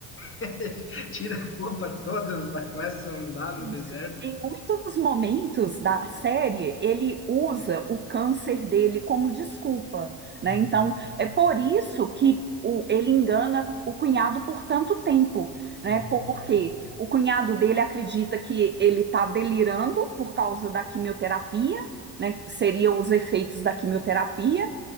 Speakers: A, on the left (about 25°); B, on the right (about 25°).
A: <laughs> Tira a roupa toda, vai- começa a andar
B: Isso.
A: no deserto.
B: Em muitos momentos da série, ele usa o câncer dele como desculpa, né?
A: Uhum,
B: Então, é por isso que o- ele engana o cunhado por tanto tempo, né?
A: uhum.
B: Porque o cunhado dele acredita que ele está delirando por causa da quimioterapia, né? Que Seria os efeitos da quimioterapia.